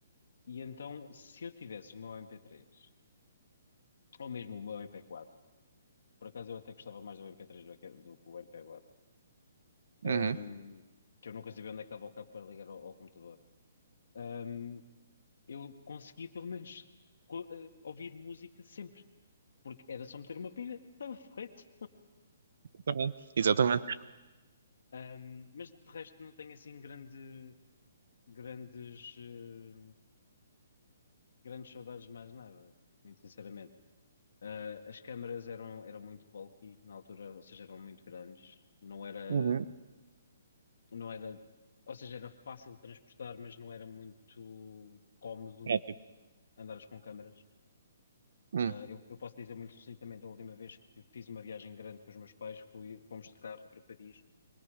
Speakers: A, on the left; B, on the right.
A: e então, se eu tivesse o meu mp três Ou mesmo o MP4. Por acaso eu até gostava mais do MP3 do que do que o MP4. Ahm,
B: uhum.
A: que eu nunca sabia onde é que estava o cabo para ligar ao, ao computador. Ahm, eu conseguia pelo menos co- eh, ouvir música sempre, porque era só meter uma pilha, <laughs> estava feito.
B: Exatamente. Exatamente.
A: Ahm, mas de resto não tenho assim grande, grandes, eh, grandes saudades de mais nada, muito sinceramente. Ah, as câmaras eram, eram muito bulky na altura, ou seja, eram muito grandes. Não era
B: Uhum.
A: não era, ou seja, era fácil de transportar, mas não era muito cómodo
B: Prático.
A: andares com câmaras.
B: Hum.
A: Ah, eu, eu posso dizer muito sucintamente, a última vez que fiz uma viagem grande com os meus pais, fui, fomos de carro para Paris